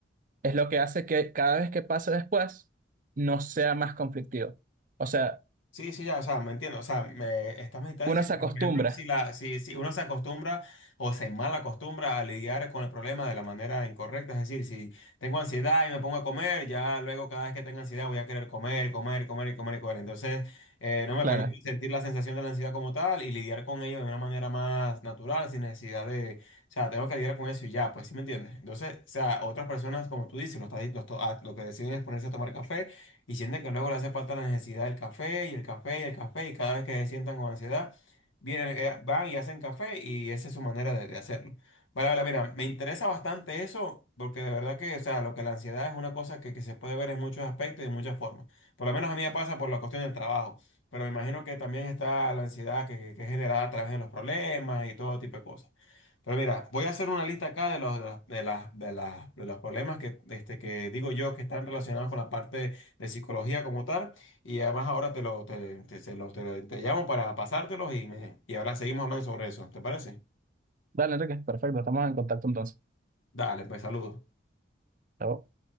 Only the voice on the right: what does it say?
es lo que hace que cada vez que pase después no sea más conflictivo. O sea,
uno
se acostumbra.
Claro.
Dale, Enrique, perfecto, estamos en contacto entonces.
Chao.